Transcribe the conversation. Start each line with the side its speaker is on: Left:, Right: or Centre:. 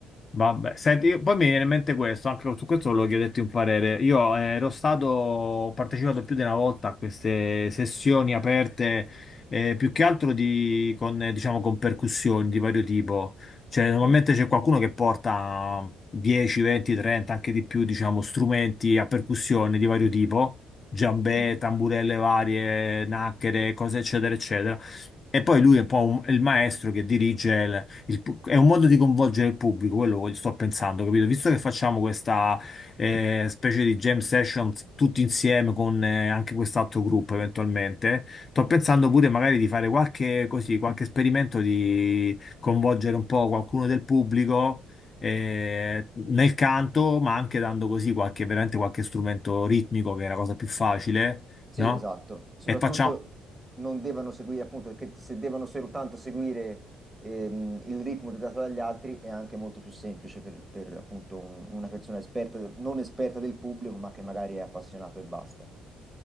Left: Vabbè, senti, io- poi mi viene in mente questo, anche su questo volevo chiederti un parere. Io eh, ero stato, ho partecipato più di una volta a queste sessioni aperte, eh, più che altro di, con, eh, diciamo, con percussioni di vario tipo. Cioè, normalmente
Right: Mm,
Left: c'è qualcuno che porta 10, 20, 30, anche di più, diciamo, strumenti a percussione di vario tipo, giambè,
Right: mhm.
Left: tamburelle varie, nacchere, cose eccetera, eccetera. E poi lui è un po' un- è il maestro che dirige il pu- è un modo di coinvolgere il pubblico, quello voglio- sto pensando, capito? Visto
Right: Sì,
Left: che facciamo questa eh, specie di jam session tutti insieme con eh, anche quest'altro gruppo eventualmente, sto pensando pure magari di fare qualche, così, qualche esperimento di coinvolgere un po' qualcuno del pubblico eh, nel canto, ma anche dando così qualche, veramente qualche strumento ritmico, che è la cosa più facile,
Right: Sì,
Left: no?
Right: esatto. Soprattutto
Left: E facciamo,
Right: non devono seguire, appunto, perché se devono soltanto seguire ehm, il ritmo dato dagli altri è anche molto più semplice per, per, appunto, un- una persona esperta, non esperta del pubblico, ma che magari è appassionato e basta.